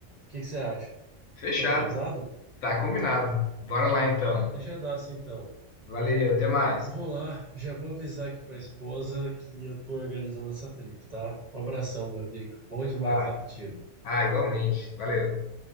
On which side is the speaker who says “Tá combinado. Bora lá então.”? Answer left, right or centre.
Left